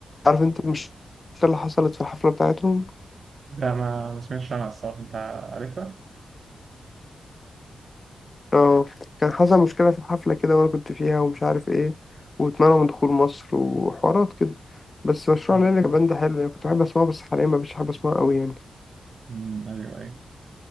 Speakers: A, on the left; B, on the right.
A: عارف انت مش اللي حصلت في الحفلة بتاعتهم
B: لا ما ما سمعتش عنها الصراحه انت عارفها
A: اه كان حصل مشكلة في الحفلة كده وأنا كنت فيها ومش عارف ايه واتمنعوا من دخول مصر وحوارات كده بس مشروع
B: مم.
A: ليلى كان ده حلو يعني كنت بحب أسمعه بس حاليا مبقتش بحب أسمعه أوي يعني
B: مم، ايوه ايوه